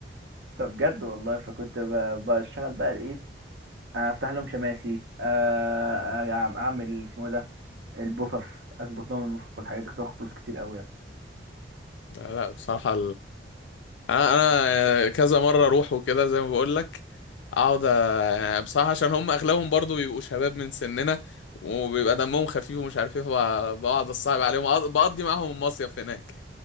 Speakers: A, on the right (about 70°); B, on the left (about 80°).
A: فبجد والله فكنت ب- بشتغل بقى ايه افتح لهم شماسي آه، آه، اعمل اسمه إيه ده البوفف اظبط لهم البوفف والحاجات دي كنت باخد فلوس كتير قوي يا اسطى
B: لا لا بصراحه انا أنا كذا مره اروح وكده زي ما بقول لك اقعد أ- يعني بصراحه عشان هم اغلبهم برضو بيبقوا شباب من سننا وبيبقى دمهم خفيف ومش عارف ايه فب- بقعد اصعب عليهم أقعد- بقضي معاهم المصيف هناك